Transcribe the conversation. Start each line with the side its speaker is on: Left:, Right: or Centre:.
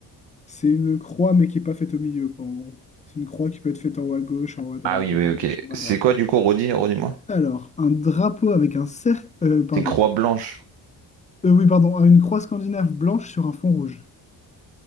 Left: c'est une croix, mais qui n'est pas faite au milieu, quoi, en gros. C'est une croix qui peut être faite en haut à gauche, en haut à droite,
Right: Ah oui,
Left: en
Right: oui,
Left: bas
Right: ok.
Left: à gauche, en bas
Right: C'est
Left: à droite.
Right: quoi du coup, redis, redis-moi?
Left: Alors, un drapeau avec un cercle... euh, pardon.
Right: C'est une croix blanche.
Left: Euh, oui, pardon, une croix scandinave blanche sur un fond rouge.